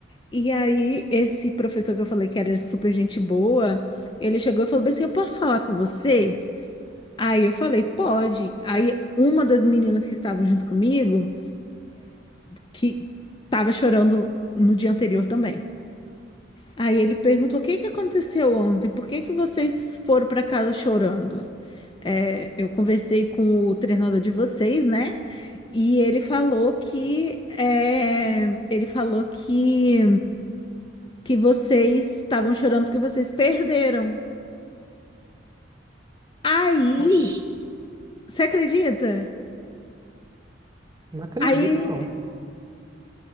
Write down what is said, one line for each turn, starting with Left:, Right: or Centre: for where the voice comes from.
Left: E aí esse professor que eu falei que era super gente boa, ele chegou e falou bem assim, eu posso falar com você? Aí eu falei, pode. Aí uma das meninas que estavam junto comigo, que tava chorando no dia anterior também. Aí ele perguntou: O que que aconteceu ontem? Por que que vocês foram para casa chorando? É, eu conversei com o treinador de vocês, né? E ele falou que é, ele falou que que vocês estavam chorando porque vocês perderam. Aí,
Right: Oxi,
Left: você acredita?
Right: não acredito,
Left: Aí,
Right: não.